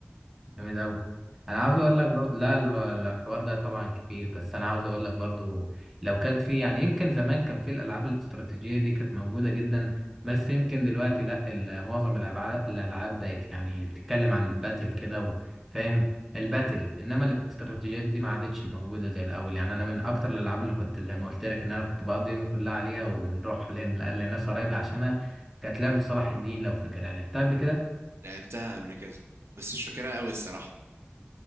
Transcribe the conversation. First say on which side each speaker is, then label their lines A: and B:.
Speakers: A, in the centre; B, on the right.
A: جامد أوي أنا عاوز أقول لك برضه لا ال- الحوار ده طبعا كبير بس أنا عاوز أقول لك برضه لو كانت في يعني يمكن زمان كان في الألعاب الاستراتيجية دي كانت موجودة جدا بس يمكن دلوقتي لا ال- معظم الألعاب الألعاب بقت يعني بتتكلم عن باتل كده و- فاهم الباتل إنما الاستراتيجيات دي ما عادتش موجودة زي الأول يعني أنا من أكتر الألعاب اللي كنت زي ما قلت لك إن أنا كنت بقضي يومي كلها عليها ونروح لن- لناس قرايبي عشانها كانت لعبة صلاح الدين لو فاكرها لعبتها قبل كده
B: لعبتها قبل كده بس مش فاكرها قوي الصراحة